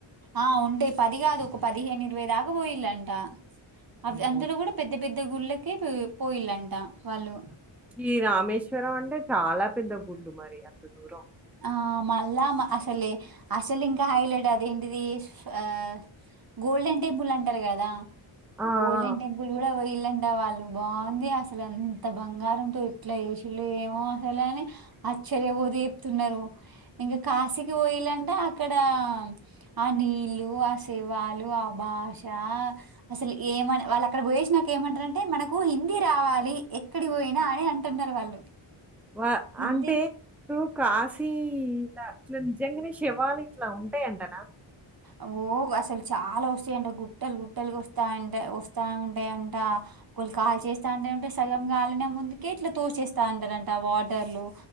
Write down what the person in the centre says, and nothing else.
అమ్మో!
ఈ రామేశ్వరం అంటే చాలా పెద్ద గుళ్లు మరి అంత దూరం
ఆ! ఆ!
వ
అంటే ఇప్పుడు కాశీ లా ఇట్లా నిజంగానే శేవాలు ఇట్లా ఉంటాయంటనా